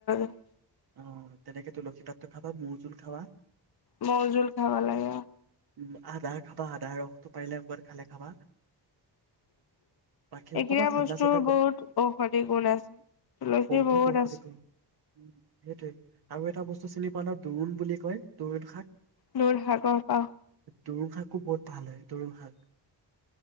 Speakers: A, on the left; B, on the right.
A: <inaudible>
B: অঁ তেনেকে তুলসী পাতটো খাবা, মৌজোলো খাবা।
A: মৌ জোল খাব লাগে অঁ
B: উম, আদা খাবা আদাৰ ৰস টো পাৰিলে অকমান খালে খাবা, বাকী
A: এইকেইটা
B: অকমান ঠাণ্ডা
A: বস্তুৰ
B: চান্দা কম,
A: বহুত ঔষধি গুণ আছে। তুলসীৰ
B: বহুত ঔষধি
A: আছে,
B: গুণ উম সেইটোৱে আৰু এটা বস্তু চিনি পোৱা নহয় দোৰুণ বুলি কয় দোৰুণ শাক
A: দূৰ সাগৰ পাওঁ
B: দোৰুন শাকো বহুত ভাল হয়, দোৰুণ শাক।